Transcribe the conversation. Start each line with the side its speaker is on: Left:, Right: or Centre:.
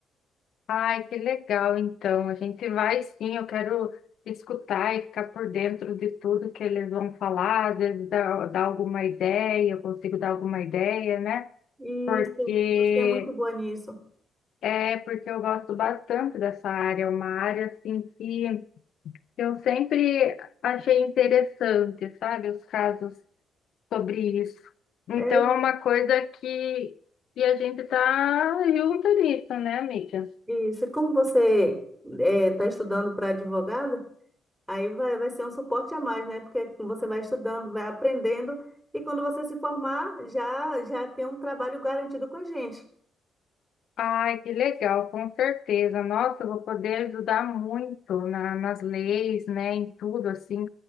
Left: Ai, que legal, então. A gente vai sim, eu quero escutar e ficar por dentro de tudo que eles vão falar, às vezes dar, dar alguma ideia, eu consigo dar alguma ideia, né?
Centre: Isso,
Left: Porque
Centre: você é muito boa nisso.
Left: é porque eu gosto bastante dessa área, é uma área assim que eu sempre achei interessante, sabe? Os casos sobre isso. Então
Centre: É
Left: é uma coisa que, que a gente tá junto nisso, né, amiga?
Centre: isso. Como você está estudando para advogada, aí vai, vai ser um suporte a mais, né? Porque você vai estudando, vai aprendendo, e quando você se formar, já, já tem um trabalho garantido com a gente.
Left: Ai, que legal, com certeza. Nossa, eu vou poder ajudar muito na, nas leis, né, em tudo, assim,